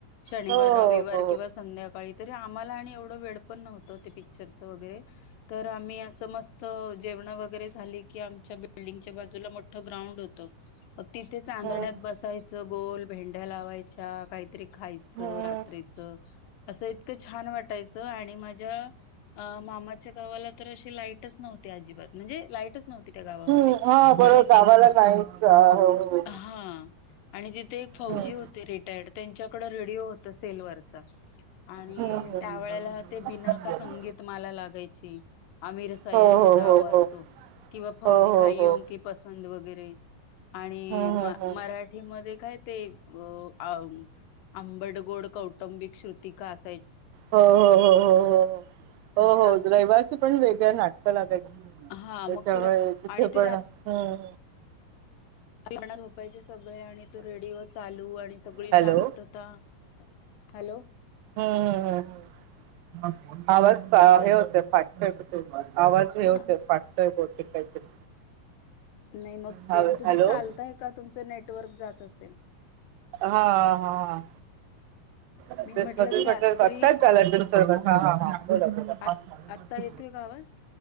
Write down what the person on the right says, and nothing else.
हो
हो
हम्म
हम्म
हम्म हा बरोबर
गावाला
नाहीच हा, हो हो
हम्म.
हम्म हम्म
हो, हो, हो,
हो.
हो, हो,
हो.
हं, हं,
हं.
हो हो हो हो हो
हो हो रविवारच पण वेगळ्या नाटक ला्या
त्याच्यामुळे
तिथे
पण हम्म.
हॅलो.
हम्म हम् हम् आवाज फार
हे होतय फाटतय आवाज हे होतय
फाटतय बहूतेक काहीतरी
हॅलो,
हॅलो.
हा हा आभ्यास
मध्ये
ज्याला बघतात त्याला डिस्टर्बन्स हा हा बोला बोला हा
ह